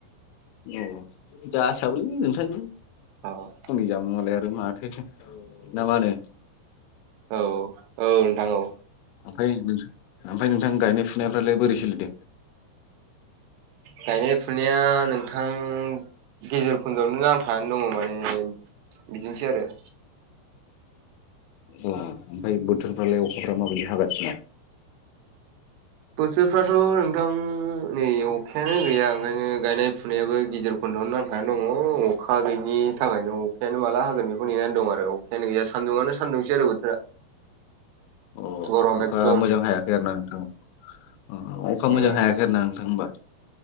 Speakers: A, on the left; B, on the right.
A: औ औ जासाबोलै नोंथां।
B: औ औ।
A: फुंनि जामुंआलाय आरो माथो ना मा होनो।
B: औ औ औ नोंथां औ।
A: ओमफ्राय नों ओमफ्राय नोंथां गायनाय फुनायफ्रालाय बोरै सोलिदों?
B: गायनाय फुनाया नोंथां गेजेर खुन्दआवनो नांथानानै दङ माने बिदिनोसै आरो
A: अ ओमफ्राय बोथोरफ्रालाय अखाफ्रा माबायदि हागासिनो?
B: बोथोरफ्राथ' नोंथां नै अखायानो गैया ओंखायनो गायनाय फुनायाबो गिजेर खन्दआवनो नांथानानै दङ अखा गैयिनि थाखायनो। अखायानो माला हागोन बेखौ नेनानै दं आरो अखायानो गैया सान्दुंआनो सान्दुंसै आरो बोथोरा।
A: अ
B: गरम
A: अखा
B: एकदम
A: मोजां हायाखै आरो ना नोंथां अखा
B: औ
A: मोजां हायाखै आरोना नोंथां होनबा।